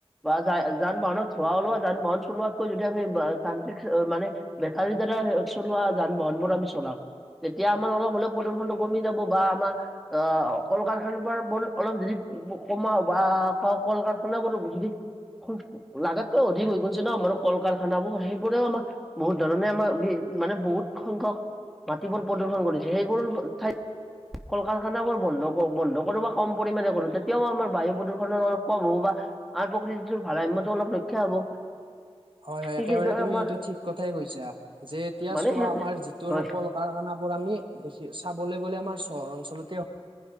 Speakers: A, in the centre; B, on the right (about 50°).
A: বা যা যান - বাহনত ধোৱা ওলোৱা যান - বাহন চলোৱাতকৈ যদি আমি বা যান্ত্ৰিক চা মানে বেটাৰীৰ দ্বাৰা চলোৱা যান বাহনবোৰ আমি চলাওঁ। তেতিয়া আমাৰ অলপ হলেও প্ৰদূষণটো কমি যাব বা আমাৰ অ কল কাৰখান পৰ বল অলপ যদি ব কমাও বা ক কল কাৰখানাও বাৰু যদি খুব লাগাতকৈ অধিক হৈ গৈছে ন আমাৰ কল কাৰখানাবোৰ সেইবোৰেও আমা বহুত ধৰণে আমাৰ বি মানে বহুত সংখ্যক মাটিবোৰ প্ৰদূষণ কৰিছে সেইবোৰ বোৰ ঠাইত কল কাৰখানাবোৰ বন্ধ ক বন্ধ কৰো বা কম পৰিমাণে কৰো তেতিয়াও আমাৰ বায়ু প্ৰদূষণৰ অলপ কম হ'ব বা আন প্ৰকৃতিটোৰ ভাৰসাম্যটো অলপ ৰক্ষা হ'ব।
B: হয় হয়
A: ঠিক
B: একেবাৰে
A: সেইদৰে
B: তুমি
A: আমাৰ
B: এইটো ঠিক কথাই কৈছা যে এতিয়া
A: মানে
B: চোৱা আমাৰ যিটো
A: হয়
B: আৰু কল কাৰখানাবোৰ আমি দেখি চাবলৈ গ'লে আমাৰ চহৰ অঞ্চলতে